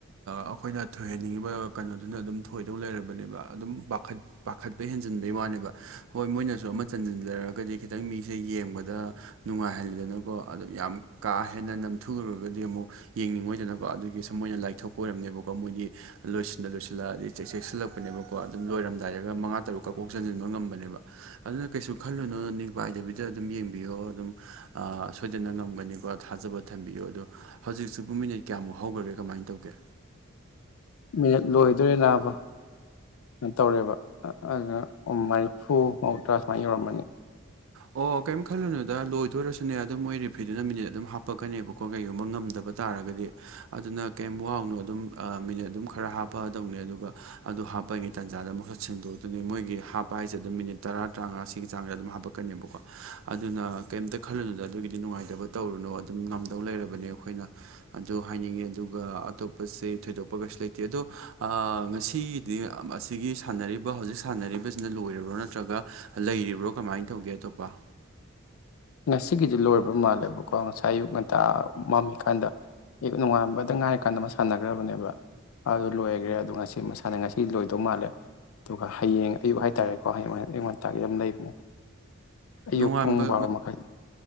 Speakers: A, on the right; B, on the left.
A: ꯑꯩꯈꯣꯏꯅ ꯊꯣꯏꯍꯟꯅꯤꯡꯉꯤꯕ ꯀꯩꯅꯣꯗꯨꯅ ꯑꯗꯨꯝ ꯊꯣꯏꯗꯧ ꯂꯩꯔꯕꯅꯦꯕ ꯑꯗꯨꯝ ꯄꯥꯈꯠ ꯄꯥꯈꯠꯄ ꯍꯦꯟꯖꯟꯕꯩ ꯋꯥꯅꯦꯕ ꯍꯣꯏ ꯃꯣꯏꯅꯁꯨ ꯑꯃ ꯆꯟꯁꯤꯟꯖꯔꯒꯗꯤ ꯈꯤꯇꯪ ꯃꯤꯁꯦ ꯌꯦꯡꯕꯗ ꯅꯨꯡꯉꯥꯏꯍꯜꯂꯤꯗꯅꯀꯣ ꯑꯗꯨ ꯌꯥꯝ ꯀꯥ ꯍꯦꯟꯅ ꯅꯝꯊꯨꯈꯨꯔꯒꯗꯤ ꯑꯃꯨꯛ ꯌꯦꯡꯅꯤꯡꯉꯣꯏꯗꯅꯀꯣ ꯑꯗꯨꯒꯤ ꯁ ꯃꯣꯏꯅ ꯂꯥꯏꯊꯣꯛꯄ ꯑꯣꯏꯔꯝꯅꯦꯕꯀꯣ ꯃꯣꯏꯒꯤ ꯂꯣꯏꯁꯤꯜꯂ ꯂꯣꯏꯁꯤꯜꯂꯑꯗꯤ ꯆꯦꯛ ꯆꯦꯛꯁꯤꯜꯂꯛꯄꯅꯦꯕꯀꯣ ꯑꯗꯨꯝ ꯂꯣꯏꯔꯝꯗꯥꯏꯔꯒ ꯃꯉꯥ ꯇꯔꯨꯛ ꯀꯛꯀꯣꯛ ꯆꯟꯁꯤꯟꯕ ꯉꯝꯕ ꯅꯦꯕ ꯑꯗꯨꯅ ꯀꯩꯁꯨ ꯈꯜꯂꯨꯅꯨ ꯄꯥꯏꯗꯕꯤꯗ ꯑꯗꯨꯝ ꯌꯦꯡꯕꯤꯌꯣ ꯑꯗꯨꯝ ꯁꯣꯏꯗꯅ ꯉꯝꯒꯅꯤꯀꯣ ꯊꯥꯖꯕ ꯊꯝꯕꯤꯌꯨ ꯑꯗꯣ ꯍꯧꯖꯤꯛꯁꯨꯨꯡ ꯃꯤꯅꯠ ꯀꯌꯥꯃꯨꯛ ꯍꯧꯈ꯭ꯔꯒꯦ ꯀꯃꯥꯏꯅ ꯇꯧꯒꯦ
B: ꯃꯤꯅꯠ ꯂꯣꯏꯗꯣꯔꯦ ꯅꯥꯕ ꯇꯧꯔꯦꯕ ꯑꯗꯨꯅ ꯃꯔꯤꯐꯨ ꯃꯧꯗ꯭ꯔꯥ ꯁꯨꯃꯥꯏꯅ ꯌꯧꯔꯝꯕꯅꯤ
A: ꯑꯣꯐ ꯑꯣ ꯀꯔꯤꯝ ꯈꯜꯂꯨꯅꯨꯗ ꯂꯣꯏꯗꯣꯏꯔꯁꯨꯅꯦ ꯑꯗꯨꯝ ꯃꯣꯏ ꯔꯤꯐ꯭ꯔꯤꯗꯨꯅ ꯃꯤꯅꯤꯠ ꯑꯗꯨꯝ ꯍꯥꯞꯄꯛꯀꯅꯦꯕꯀꯣ ꯀꯩꯒꯨꯝꯕ ꯉꯝꯗꯕ ꯇꯥꯔꯒꯗꯤ ꯑꯗꯨꯅ ꯀꯩ ꯋꯥꯎꯅꯣ ꯑꯗꯨꯝ ꯃꯤꯅꯠ ꯑꯗꯨꯝ ꯈꯔ ꯍꯥꯞꯄꯛꯗꯧꯅꯦ ꯑꯗꯨꯒ ꯑꯗꯨ ꯍꯥꯞꯄꯉꯩ ꯇꯥꯟꯖꯥꯗ ꯑꯃꯨꯛꯁꯠ ꯁꯦꯡꯗꯣꯛꯇꯅꯤ ꯃꯣꯏꯒꯤ ꯍꯥꯞꯄ ꯍꯥꯏꯁꯦ ꯑꯗꯨꯝ ꯃꯤꯅꯤꯠ ꯇꯔꯥ ꯇꯔꯥꯃꯉꯥ ꯁꯤꯒꯤ ꯆꯥꯡꯗ ꯑꯗꯨꯝ ꯍꯥꯞꯄꯛ ꯀꯀꯅꯦꯕꯀꯣ ꯑꯗꯨꯅ ꯀꯩꯝꯇ ꯈꯜꯂꯨꯅꯨꯗ ꯑꯗꯨꯒꯤꯗꯤ ꯅꯨꯡꯉꯥꯏꯇꯕ ꯇꯧꯔꯨꯅꯨ ꯑꯗꯨꯝ ꯉꯝꯗꯧ ꯂꯩꯔꯕꯅꯦ ꯑꯩꯈꯣꯏꯅ ꯑꯗꯨ ꯍꯥꯏꯅꯤꯡꯉꯦ ꯑꯗꯨꯒ ꯑꯇꯣꯞꯄꯁꯦ ꯊꯣꯏꯗꯣꯛꯄ ꯀꯩꯁꯨ ꯂꯩꯇꯦ ꯑꯗꯣ ꯉꯁꯤꯒꯤ ꯑꯁꯤꯒꯤ ꯁꯥꯟꯅꯔꯤꯕ ꯍꯧꯖꯤꯛ ꯁꯥꯟꯅꯔꯤꯕꯁꯤꯅ ꯂꯣꯏꯔꯤꯕ꯭ꯔꯣ ꯅꯠꯇ꯭ꯔꯒ ꯂꯩꯔꯤꯕ꯭ꯔꯣ ꯀꯃꯥꯏꯅ ꯇꯧꯒꯦ ꯑꯇꯣꯞꯄ
B: ꯉꯁꯤꯒꯤꯁꯤ ꯂꯣꯏꯔꯕ꯭ꯔ ꯃꯥꯜꯂꯦꯕꯀꯣ ꯉꯁꯥꯏ ꯑꯌꯨꯛ ꯉꯟꯇꯥ ꯃꯝꯃꯤꯀꯥꯟꯗ ꯅꯣꯡꯉꯥꯟꯕꯗ ꯉꯥꯏꯔꯀꯥꯟꯗ ꯑꯃ ꯁꯥꯟꯅꯈ꯭ꯔꯕꯅꯦꯕ ꯑꯗꯨ ꯂꯣꯏꯈ꯭ꯔꯦ ꯑꯗꯣ ꯉꯁꯤ ꯃꯁꯥꯅ ꯉꯁꯤ ꯂꯣꯏꯗꯧ ꯃꯥꯜꯂꯦ ꯑꯗꯨꯒ ꯍꯌꯦꯡ ꯑꯌꯨꯛ ꯍꯥꯏꯇꯥꯔꯦꯀꯣ ꯍꯌꯦꯡ ꯑꯌꯨꯛ ꯉꯟꯇꯥꯗꯤ ꯑꯗꯨꯝ ꯂꯩꯕꯅꯦ ꯑꯌꯨꯛ
A: ꯅꯣꯡꯉꯥꯟꯕ
B: ꯄꯨꯡ ꯕꯥꯔꯣ ꯃꯈꯥꯏ